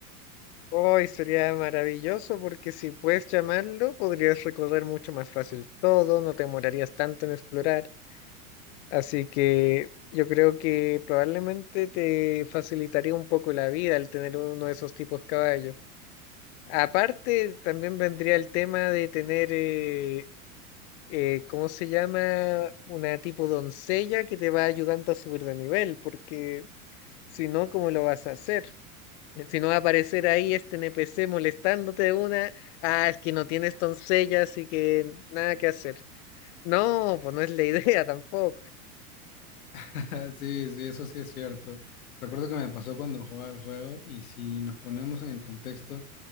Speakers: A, on the left; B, on the left.
A: Hoy sería maravilloso porque si puedes llamarlo, podrías recorrer mucho más fácil todo, no te demorarías tanto en explorar. Así que yo creo que probablemente te facilitaría un poco la vida al tener uno de esos tipos caballos. Aparte, también vendría el tema de tener, eh, eh, ¿cómo se llama? Una tipo doncella que te va ayudando a subir de nivel, porque... Si no, ¿cómo lo vas a hacer? Si no va a aparecer ahí este NPC molestándote de una, ah, es que no tienes doncella, así que nada que hacer. No, pues no es la <laughs> idea tampoco.
B: <laughs> Sí, sí, eso sí es cierto. Recuerdo que me pasó cuando jugaba el juego y si nos ponemos en el contexto